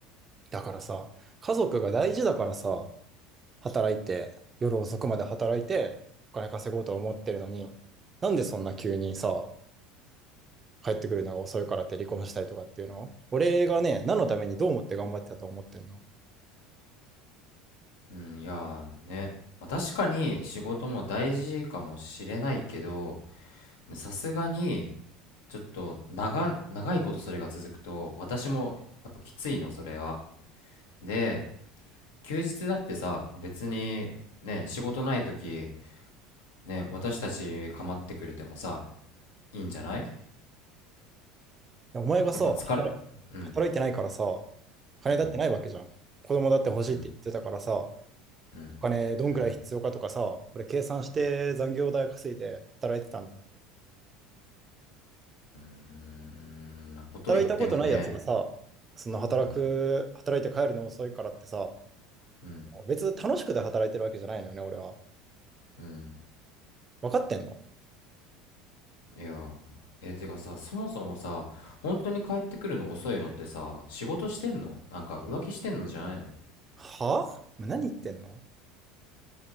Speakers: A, on the right; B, on the left.
A: だからさ、家族が大事だからさ、働いて、夜遅くまで働いて、お金稼ごうと思ってるのに、なんでそんな急にさ、帰ってくるのが遅いからって離婚したいとかっていうの俺がね、何のためにどう思って頑張ってたと思ってんの
B: うん、いやーね、まあ、確かに仕事も大事かもしれないけど、さすがにちょっと長、長いことそれが続くと私もやっぱきついの、それは。で、休日だってさ、別にね、仕事ない時、ね、私たち構ってくれてもさ、いいんじゃない
A: いやお前がさ、
B: やっぱ疲れ、うん、
A: 働いてないからさ、金だってないわけじゃん。
B: うん、
A: 子供だって欲しいって言ってたからさ、
B: うん、うん、
A: お金どんくらい必要かとかさ、
B: うん、
A: 俺計算して残業代稼いで働いてたんだよ。
B: うん、うんなこと言ってもね、
A: 働いたことないやつがさ、その働く、
B: うん、
A: 働いて帰るの遅いからってさ、
B: うん、
A: 別に楽しくて働いてるわけじゃないのよね、俺は。
B: うん。
A: 分かってんの
B: いやーえてかさそもそもさ本当に帰ってくるの遅いのってさ仕事してんのなんか浮気してんのじゃないの
A: はあ何言ってんの